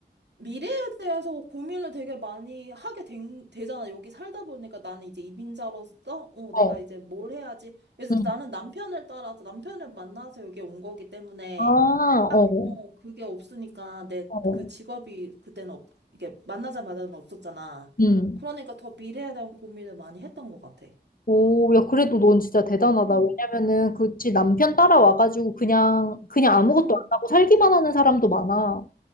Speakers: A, on the right; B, on the left.
A: 미래에 대해서 고민을 되게 많이 하게 된, 되잖아. 여기 살다 보니까 나는 이제 이민자로서, 어,
B: 어,
A: 내가 이제 뭘 해야지. 그래서
B: 응.
A: 나는 남편을 따라서, 남편을 만나서 여기 온 거기 때문에,
B: 아,
A: 딱,
B: 어,
A: 어, 그게 없으니까 내
B: 어,
A: 그 직업이 그때는 없, 이게 만나자마자는 없었잖아.
B: 응.
A: 그러니까 더 미래에 대한 고민을 많이 했던 것 같아.
B: 오, 야, 그래도 넌 진짜 대단하다.
A: 음.
B: 왜냐면은, 그치, 남편 따라와가지고 그냥, 그냥 아무것도
A: 음.
B: 안 하고 살기만 하는 사람도 많아.